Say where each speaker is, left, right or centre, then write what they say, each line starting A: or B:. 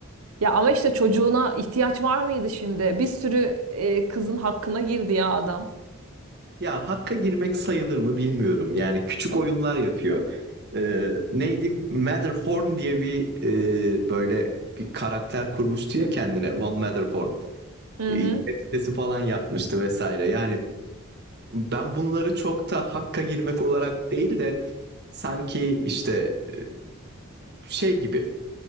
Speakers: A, on the right; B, on the right.
A: Ya ama işte çocuğuna ihtiyaç var mıydı şimdi? Bir sürü e, kızın hakkına girdi ya adam.
B: Ya hakka girmek sayılır mı bilmiyorum. Yani küçük oyunlar yapıyor. E, neydi? Matterhorn diye bir e, böyle bir karakter kurmuştu ya kendine. One Matterhorn.
A: Hı
B: E,
A: hı.
B: web sitesi falan yapmıştı vesaire. Yani ben bunları çok da hakka girmek olarak değil de sanki işte e, şey gibi.